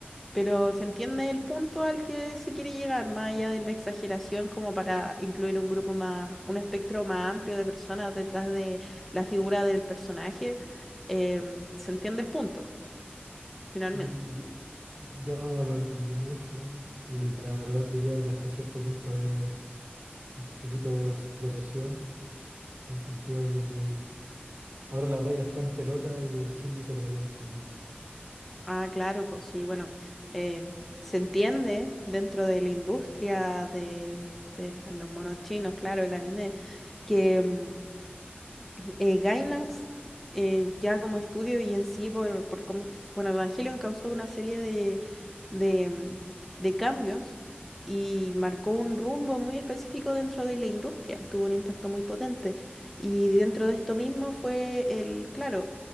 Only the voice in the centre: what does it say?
Pero se entiende el punto al que se quiere llegar, más allá de la exageración, como para incluir un grupo más, un espectro más amplio de personas detrás de la figura del personaje. eh, se entiende el punto, finalmente.
Ah, claro, pues sí, bueno, eh, se entiende dentro de la industria del- de los monos chinos, claro, el anime que em, eh, Gainax, eh, ya como estudio y en sí, por, por cómo, f- bueno, Evangelion causó una serie de, de, mm, de cambios y marcó un rumbo muy específico dentro de la industria, tuvo un impacto muy potente. Y dentro de esto mismo fue el, claro,